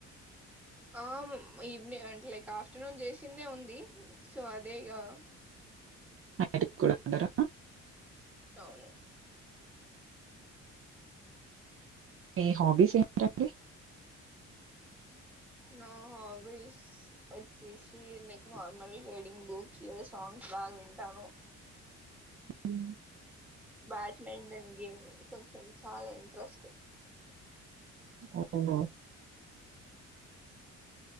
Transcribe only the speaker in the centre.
ఆ మ్ ఈవెని అంటే లైక్ ఆఫ్టర్నూన్ చేసిందే ఉంది సో అదే ఇగా
అవును
నా హాబీస్ వచ్చేసి లైక్ నార్మల్ రీడింగ్ బుక్స్ లేదా సాంగ్స్ బాగా వింటాను
బ్యాడ్మింటన్ గేమ్ కొంచెం చాలా ఇంట్రెస్ట్